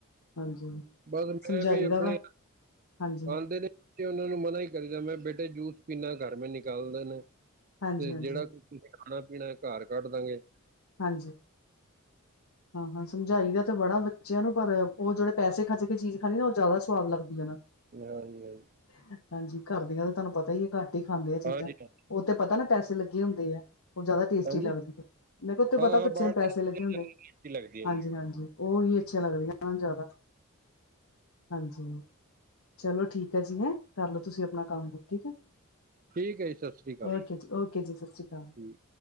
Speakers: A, on the left; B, on the right.
A: ਹਾਂਜੀ।
B: ਬਸ ਮੈਂ
A: ਸਮਝਾਈ
B: ਵੀ ਆਪਣੇ
A: ਦਾ ਵਾ ਹਾਂਜੀ
B: ਆਂਦੇ ਨੇ ਤੇ ਉਹਨਾਂ ਨੂੰ ਮਨਾ ਹੀ ਕਰੀਦਾ ਮੈਂ ਬੇਟੇ ਜੂਸ ਪੀਨਾ ਘਰ <unintelligible>
A: ਹਾਂਜੀ
B: ਤੇ
A: ਹਾਂਜੀ
B: ਜੇੜਾ ਖਾਣਾ ਪੀਣਾ ਘਰ ਕਾਢ ਦਾਂਗੇ।
A: ਹਾਂਜੀ। ਹਾਂ ਹਾਂ ਸਮਝਾਈ ਦਾ ਤੇ ਬੜਾ ਬੱਚਿਆਂ ਨੂੰ ਪਰ ਉਹ ਜੇੜੇ ਪੈਸੇ ਖਰਚ ਕੇ ਚੀਜ਼ ਖਾਦੀ ਨਾ ਉਹ ਜਾਦਾ ਸਵਾਦ ਲੱਗਦੀ ਏਹਨਾਂ ਨੂੰ।
B: ਹਾਂਜੀ ਹਾਂਜੀ
A: ਹਾਂਜੀ ਘਰ ਦੀਆਂ ਤੇ ਤੁਵਾਨੂੰ ਪਤਾ ਈ ਏ ਘੱਟ ਈ ਖਾਂਦੇ ਆ ਚੀਜ਼ਾਂ।
B: ਹਾਂਜੀ
A: ਉਹ ਤੇ ਪਤਾ ਨਾ ਪੈਸੇ ਲੱਗੇ ਹੁੰਦੇ ਆ ਉਹ ਜ਼ਿਆਦਾ ਟੇਸਟੀ
B: ਹਾਂਜੀ
A: ਲੱਗਦੀ ਹੈ। ਮੈਂ ਕਿਹਾ ਉੱਥੇ ਪਤਾ
B: ਹਾਂ ਹਾਂ
A: ਬੱਚਿਆਂ
B: ਬਾਹਰ
A: ਨੂੰ ਪੈਸੇ
B: ਦੀ
A: ਲੱਗੇ ਹੁੰਦੇ
B: ਲੱਗਦੀ ਹੈ
A: ਹਾਂਜੀ
B: ਜੀ
A: ਹਾਂ। ਹਾਂਜੀ ਉਹੀ ਅੱਛੀਆਂ ਲੱਗਦੀਆਂ ਨਾ ਜ਼ਿਆਦਾ ਹਾਂਜੀ। ਚਲੋ ਠੀਕ ਹੈ ਜੀ ਹੈਂ ਕਰਲੋ ਤੁਸੀਂ ਆਪਣਾ ਕੰਮ ਠੀਕ ਹੈ।
B: ਠੀਕ ਹੈ ਜੀ ਸਤਿ ਸ੍ਰੀ ਅਕਾਲ
A: ਓਕੇ ਜੀ ਓਕੇ ਜੀ ਸਤਿ ਸ੍ਰੀ ਅਕਾਲ,
B: ਠੀਕ